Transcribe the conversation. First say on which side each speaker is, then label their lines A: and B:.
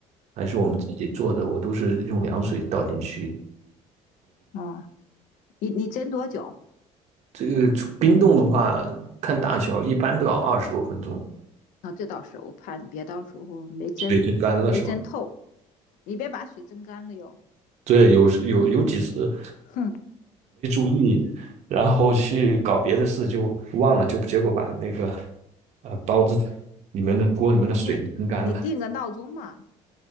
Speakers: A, on the right; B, on the left.
A: 还是我们自己做的，
B: 嗯
A: 我都是用凉水倒进去。
B: 哦，你你蒸多久
A: 这个出冰冻的话，看大小，一般都要二十多分钟，
B: 啊？这倒是，我怕你别到时候没蒸没蒸透，
A: 水蒸干了是吧？
B: 你别把水蒸干了哟。
A: 对，有时有有几次，
B: <laughs> 哼。
A: 你然后去搞别的事就忘了，就结果把那个呃包子里面的锅里面的水都蒸干了。
B: 你你定个闹钟嘛，